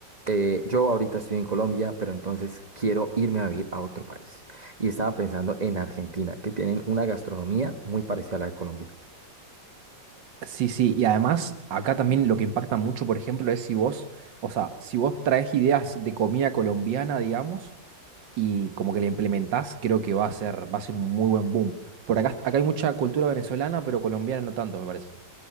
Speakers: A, on the right; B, on the right.
A: eh, yo ahorita estoy en Colombia, pero entonces quiero irme a vivir a otro país. Y estaba pensando en Argentina, que tienen una gastronomía muy parecida a la de Colombia.
B: Sí, sí, y además acá también lo que impacta mucho, por ejemplo, es si vos, o sea, si vos traes ideas de comida colombiana, digamos, y como que la implementás, creo que va a ser, va a ser un muy buen boom. Por acá, acá hay mucha cultura venezolana, pero colombiana no tanto, me parece.